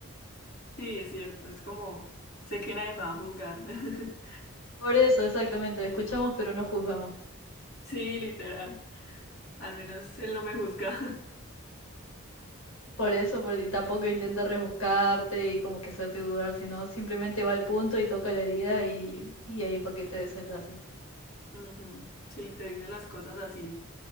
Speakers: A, on the left; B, on the left.
A: Sí, es cierto, es como, sé que nadie me va a juzgar. <laughs>
B: Por eso, exactamente, escuchamos pero no juzgamos.
A: Sí, literal. Al menos él no me juzga.
B: Por eso, por- y tampoco intenta rebuscarte y como que hacerte dudar, sino simplemente va al punto y toca la herida y, y ahí para que te desenlaces.
A: <laughs> Ujú, Sí, te dice las cosas así,